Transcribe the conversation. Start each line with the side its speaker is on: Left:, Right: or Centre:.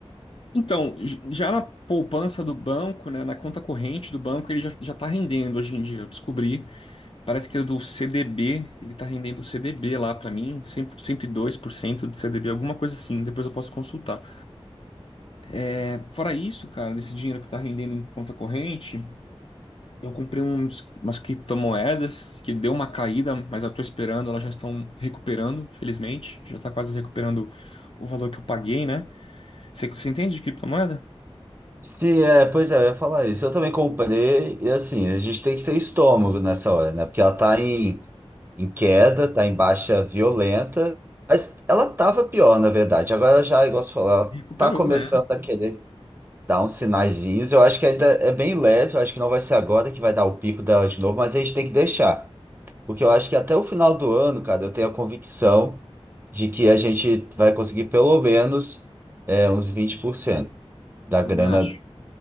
Left: Então, j- já na poupança do banco, né, na conta corrente do banco, ele já, já tá rendendo hoje em dia. Eu descobri Parece que é do CDB, ele tá rendendo CDB lá pra mim, 100, 102% de CDB, alguma coisa assim, depois eu posso consultar. É, fora isso, cara, desse dinheiro que tá rendendo em conta corrente, eu comprei uns, umas criptomoedas que deu uma caída, mas eu tô esperando, elas já estão recuperando, felizmente, já tá quase recuperando o valor que eu paguei, né? Você, você entende de criptomoeda?
Right: Sim, é, pois é, eu ia falar isso. Eu também comprei, e assim, a gente tem que ter estômago nessa hora, né? Porque ela tá em, em queda, tá em baixa violenta, mas ela tava pior, na verdade. Agora já, igual você falou, ela
Left: Recuperou,
Right: tá começando
Left: é.
Right: a querer dar uns sinaizinhos. Eu acho que ainda é bem leve, eu acho que não vai ser agora que vai dar o pico dela de novo, mas a gente tem que deixar. Porque eu acho que até o final do ano, cara, eu tenho a convicção de que a gente vai conseguir pelo menos é, uns 20% da
Left: Também
Right: grana
Left: acho.